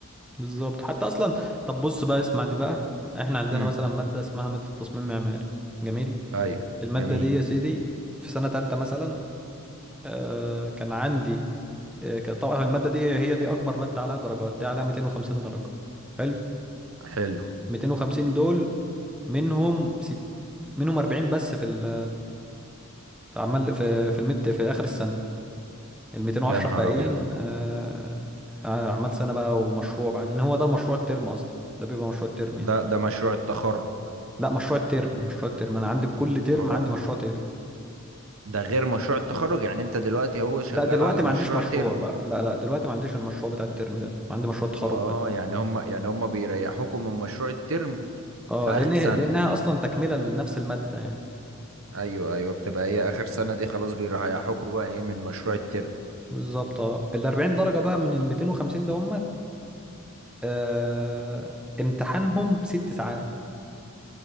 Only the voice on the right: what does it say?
امم
ايوه
جميل
حلو
يا نهار
ابيض
ده ده مشروع التخرج
هو
ده غير مشروع التخرج يعني انت دلوقتي هو شغال
على
مشروع
ترم
اه
يعني هم يعني هم بيريحوكم من مشروع الترم
في اخر
سنة
ايوه ايوه بتبقى هي اخر سنة دي خلاص بيريحوكوا بقى ايه من مشروع الترم